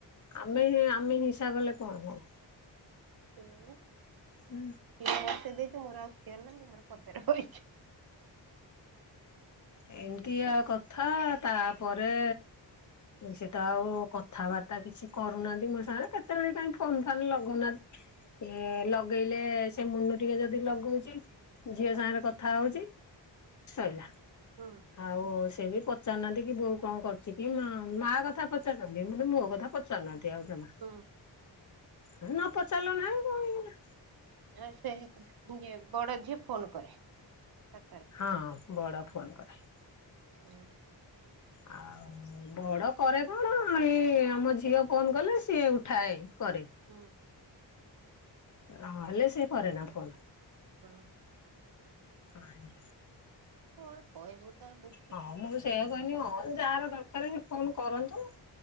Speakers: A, on the left; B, on the right.
A: ଆମେହେଁ ଆମେ ହିଂସା କଲେ କଣ ହବ?
B: ସେଇଆ ବା।
A: ହୁଁ।
B: ଖିର ବସେଇ ଦେଇଚି ମୋର ଆଉ ଖିଆଲ ନାହିଁ। ମୁଁ ମୋର ପଦାରେ ବଇଚି।
A: ଏମିତିଆ କଥା ତାପରେ ସେ ତ ଆଉ କଥାବାର୍ତ୍ତା କିଛି କରୁନାହାଁନ୍ତି ମୋ ସାଙ୍ଗରେ। କେତେବେଳେ କାଇଁ ଫୋନ ଫାନ୍ ଲଗଉନାହାଁନ୍ତି। ଏ ଲଗେଇଲେ ସେ ମୁନୁ ଟିକେ ଯଦି ଲଗଉଛି ଝିଅ ସାଙ୍ଗରେ କଥା ହଉଛି ସଇଲା।
B: ହୁଁ।
A: ଆଉ ସେ ବି ପଚାରୁ ନାହାଁନ୍ତି କି ବୋଉ କଣ କରୁଛି କି ମା ମା କଥା ପଚାରୁନ୍ତି କିନ୍ତୁ ମୋ କଥା ପ ଚାରୁ ନାହାଁନ୍ତି ଆଉ ଯମା।
B: ହୁଁ।
A: ହୁଁ ନ ପଚାରିଲ ନାହିଁ କଣ ହେଇଗଲା।
B: ଏ ସେ ଇଏ ବଡ ଝିଅ ଫୋନ୍ କରେ ଦଶଥର।
A: ହଁ ବଡ଼ ଫୋନ୍ କରେ।
B: ଆଉ?
A: ଆଉ- ବଡ କରେ କଣ ଏଇ ଆମ ଝିଅ ଫୋନ କଲେ ସିଏ ଉଠାଏ କରେ।
B: ହୁଁ।
A: ନ ହେଲେ ସିଏ କରେନା ଫୋନ୍।
B: ଆଉ।
A: ପାଣି।
B: କଣ କହିବୁତ ବୁ
A: ହଁ ମୁଁ ସେଇୟା କହନି ହଁ ଯାହାର ଦରକାରେ ସେ ଫୋନ କରନ୍ତୁ।